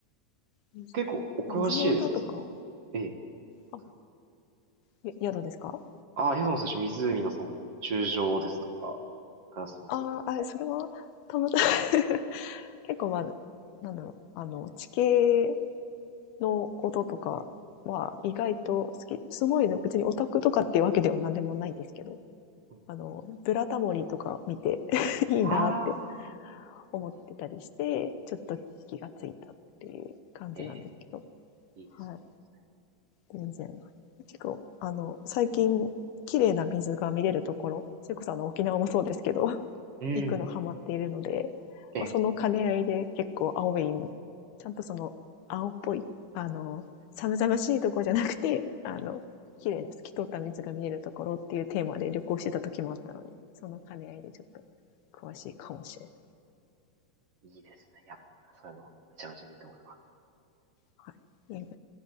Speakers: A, on the left; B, on the right.
A: 水の、
B: 結構、お詳しいですね、
A: 水の歌とか、
B: その、ええ、
A: あ、
B: その、
A: ゆ宿ですか
B: ああ、宿の最初、湖のその、柱状ですとか、ガラスボトですとか。
A: ああ、あ、それは、たまたま <laughs> 結構まあ、なんだろう、あの、地形のこととかは意外と好き。すごいね、別にオタクとかっていうわけでは何でもないんですけど、
B: うん、
A: あの、ブラタモリとか見て <laughs> いいなって
B: ああ、
A: 思ってたりして、
B: いいです
A: ちょっと気がついたっていう感じなんですけど、
B: ね。ええ、いいですね、
A: はい。
B: いいですね。
A: 全然。結構、あの、最近、綺麗な水が見れるところ、それこそあの、沖縄もそうですけど、<laughs>
B: うん、
A: 行くのハマっているので、
B: ええ、
A: まあ、その兼ね合いで結構青い、ちゃんとその、青っぽい、あの、寒々しいところじゃなくて、あの、綺麗な透き通った水が見えるところっていうテーマで旅行してた時もあったので、その兼ね合いでちょっと詳しいかもしれない。
B: いいですね。いや、そういうの、めちゃめちゃいいと思います。
A: はい。